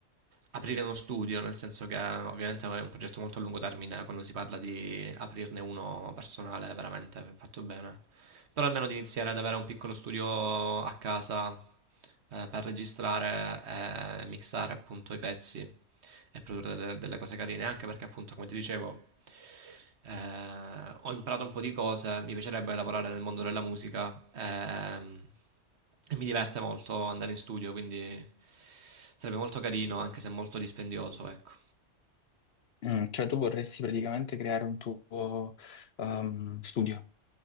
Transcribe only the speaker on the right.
aprire uno studio, nel senso che ovviamente è un progetto molto a lungo termine quando si parla di aprirne uno personale veramente fatto bene. Però almeno di iniziare ad avere un piccolo studio a casa eh, per registrare e mixare appunto i pezzi e produrre delle, delle cose carine, anche perché appunto, come ti dicevo, eh, ho imparato un po' di cose, mi piacerebbe lavorare nel mondo della musica ehm, e mi diverte molto andare in studio, quindi sarebbe molto carino, anche se molto dispendioso, ecco.